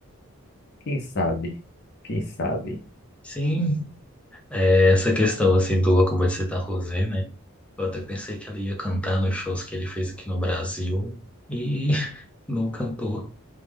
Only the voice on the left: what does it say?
quem sabe, quem sabe.